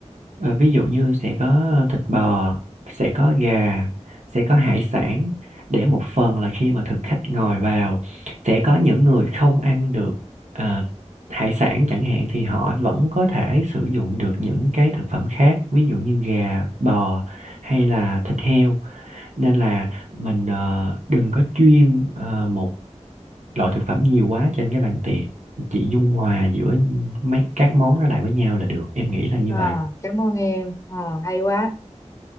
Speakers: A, on the right; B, on the left.
A: Ờ, ví dụ như sẽ có thịt bò sẽ có gà sẽ có hải sản để một phần là khi mà thực khách ngồi vào sẽ có những người không ăn được ờ, hải sản chẳng hạn thì họ vẫn có thể sử dụng được những cái thực phẩm khác ví dụ như gà bò hay là thịt heo nên là mình ờ, đừng có chuyên ờ, một loại thực phẩm nhiều quá trên cái bàn tiệc chị dung hòa giữa mấy các món đó lại với nhau là được em nghĩ là như
B: à,
A: vậy
B: cảm ơn em à, hay quá